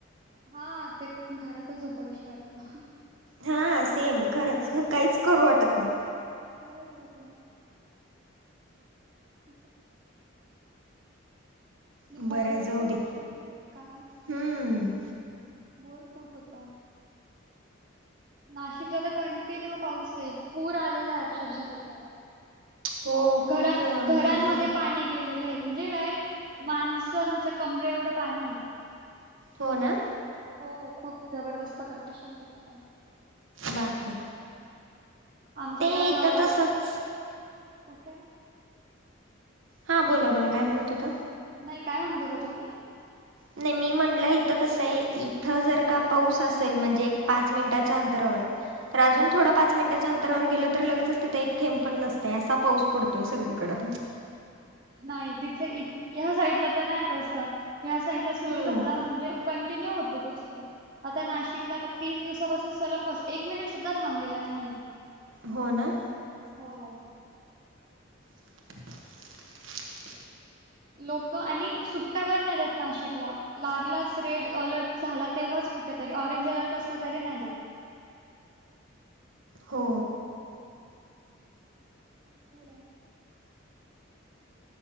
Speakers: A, on the right (about 40°); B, on the right (about 80°).
A: हा ते घरातचं झोपावीशे वाट
B: हा सेम खरंच, काहीच करू वाटत नाय.
A: खरंच त काय <inaudible> म
B: बरं
A: बोर इतकं
B: जाऊ दे
A: होत काय
B: हम्म
A: बोर खूप होत. नाशिकला तर कंटिन्यू पाऊस ये. पूर आलेलाय अक्षरशः तिथे
B: हो
A: घरां
B: खूप ज
A: घरांमध्ये
B: म्हणले
A: पाणी गेलेलंय, म्हणजे डायरेक्ट माणसांच्या कमरे एवढं पाणी ये.
B: हो ना
A: हो खूप जबरदस्त कंडिशनय तिथे पण
B: बापरे
A: आमच
B: ते
A: तर
B: इथं तसंच
A: - कुठे
B: हां बोला बोला काय म्हणत होतात.
A: नाय काय म्हणत होता तुम्ही
B: नाही मी म्हणलं इथं कसंय इथं जर का पाऊस असेल म्हणजे एक पाच मिनिटांच्या अंतरावर तर अजून थोडं पाच मिनटाच्या अंतरावर गेलं तर, लगेच तिथं एक थेंब पण नसतय, असा पाऊस पडतोय सगळीकडं
A: नाय तिथे ह्या साईडला त नाय तस ह्या साईडला सुरू
B: हम्म
A: झाला म्हणजे कन कंटिन्यू होतो तो सुरू आता नाशिकला आता तीन दिवसांपासून सलग पाऊस एक मिनिट सुद्धा थांबलेला नाहीये.
B: हो ना?
A: हो.
B: <inaudible>
A: लोकं आणि सुट्टया पण नाही देत नाशिकला. लागलाच रेड अलर्ट झाला तेव्हाच कुठेतरी, ऑरेंज अलर्ट असला तरी नाही देत.
B: हो.
A: <unintelligible>